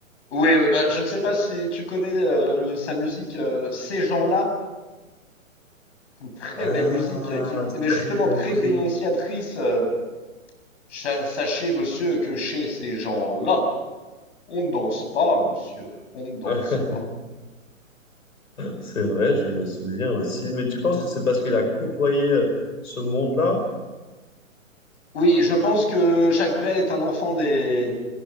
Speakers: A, on the left (about 55°); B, on the left (about 90°).
A: Oui, euh, bah, je ne sais pas si tu connais euh, le- sa musique, euh, Ces gens-là, une très
B: Ah,
A: belle musique, euh, qui est
B: très
A: justement
B: belle
A: très
B: musique.
A: dénonciatrice. euh, Cha- sachez, monsieur, que chez ces gens-là, On ne danse pas, monsieur, on ne danse
B: <laughs>
A: pas.
B: C'est vrai, je me souviens aussi. Mais tu penses que c'est parce qu'il a côtoyé euh, ce monde-là?
A: Oui, je pense que Jacques Brel est un enfant des...